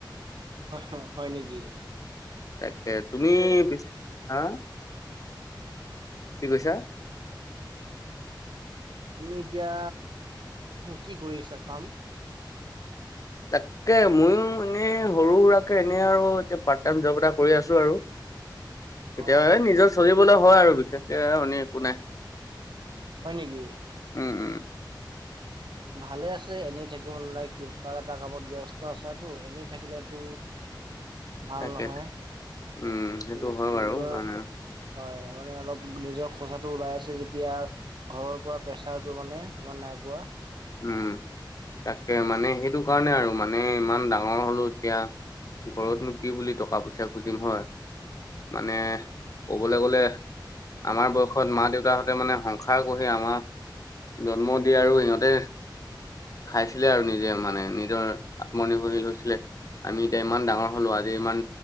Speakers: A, on the right; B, on the left.
A: অহ, হয় নেকি?
B: তাকে তুমি পিচ হা কি কৈছা?
A: তুমি এতিয়া কি কৰি আছা কাম?
B: তাকে মইও এনেই সৰু সুৰাকে এনেই আৰু এতিয়া পাৰ্ট টাইম জব এটা কৰি আছো আৰু। কেতিয়া
A: অ
B: এই নিজৰ চলিবলৈ হয় আৰু বিশেষকে আৰু অনি একো নাই।
A: হয় নেকি?
B: উম উম।
A: ভালে আছে, এনেই থা থাকিব নালাগে কিবা এটা কামত ব্যস্ত আছেতো এনেই থাকিলেতো ভাল
B: তাকে
A: নহয়, তাকে
B: উম সেইটো হয়
A: নিজৰ
B: বাৰু মানে
A: হয়, মানে অলপ নিজৰ খৰচাটো ওলাই আছে যেতিয়া ঘৰৰ পৰা প্ৰেছাৰটো মানে সিমান নাই পোৱা।
B: উম তাকে, মানে সেইটো কাৰণে আৰু মানে ইমান ডাঙৰ হলো এতিয়া। ঘৰতনো কি বুলি টকা পইচা খুজিম হয়, মানে কবলৈ গলে আমাৰ বয়সত মাঁ, দেউতাহঁতে সিঁহতে মানে সংসাৰ গঢ়ি আমাক জন্ম দিয়ে আৰু সিহঁতে খাইছিলে আৰু নিজে মানে নিজৰ আত্মনিৰ্ভৰশীল হৈছিলে। আমি এতিয়া ইমান ডাঙৰ হলো আজি ইমান